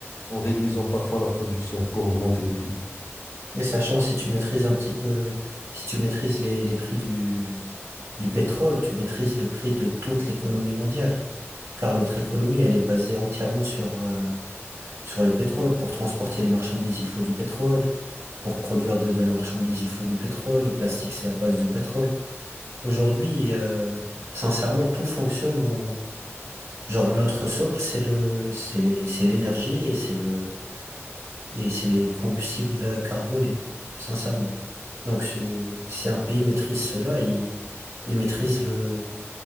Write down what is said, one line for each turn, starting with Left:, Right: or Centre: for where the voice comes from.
Left: en réduisant parfois la production pour augmenter les prix.
Right: Et sachant si tu maîtrises un petit peu, si tu maîtrises les, les prix du, du pétrole, tu maîtrises le prix de toute l'économie mondiale. Car notre économie, elle est basée entièrement sur, euh, Sur le pétrole, pour transporter les marchandises, il faut du pétrole. Pour produire de, de la marchandise, il faut du pétrole. Le plastique, c'est à base de pétrole. Aujourd'hui, euh, sincèrement, tout fonctionne en... Genre, notre socle, c'est le, c'est les, c'est l'énergie et c'est le, et c'est les combustibles carbonés, sincèrement. Donc, si si un pays maîtrise cela, il, il maîtrise le,